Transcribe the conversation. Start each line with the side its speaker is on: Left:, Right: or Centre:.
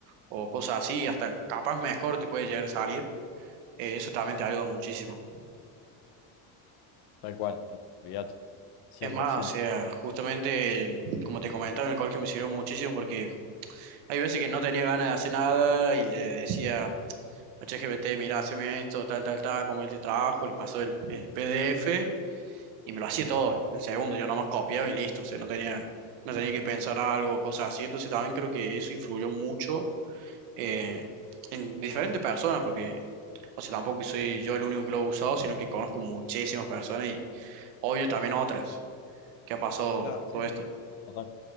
Right: o cosas así, hasta capaz mejor te puede llegar a salir. eh, eso también te ayuda muchísimo.
Left: Tal cual, olvídate. 100%.
Right: Es más, o sea, justamente, como te comentaba, en el colegio me sirvió muchísimo porque hay veces que no tenía ganas de hacer nada y le decía a ChatGPT, mira, haceme esto, tal, tal, tal, como este trabajo, le pasó el, el PDF y me lo hacía todo en segundo, yo nomás copiaba y listo, o sea, no tenía, no tenía que pensar algo, cosas así, entonces también creo que eso influyó mucho eh, en diferentes personas, porque, o sea, tampoco soy yo el único que lo he usado, sino que conozco muchísimas personas y obvio también otras que ha pasado
Left: Claro. Sí,
Right: todo
Left: sí.
Right: esto.
Left: Total.